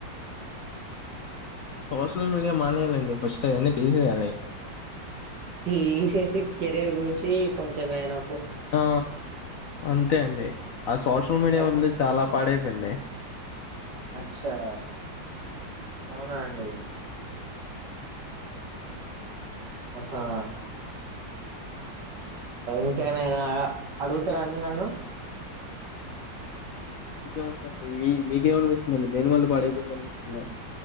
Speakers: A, on the left (about 65°); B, on the right (about 70°).
A: సోషల్ మీడియా మానేయాలండి ఫస్ట్ అవన్నీ తీసేయాలి
B: తీసేసి కెరీర్ గురించి కొంచెమేనా
A: ఆ అంతే అండి ఆ సోషల్ మీడియా
B: అంతేనా
A: వల్లె చాలా పాడైపోయింది
B: అచ్చా అవునా అండి అహా ఇంకేమైన అడుగుతరా అండి నన్ను
A: ఇంకేం ఉందండి మీ మీకే అనిపిస్తుందండి దేని వల్ల పాడైపోయింది అనిపిస్తుంద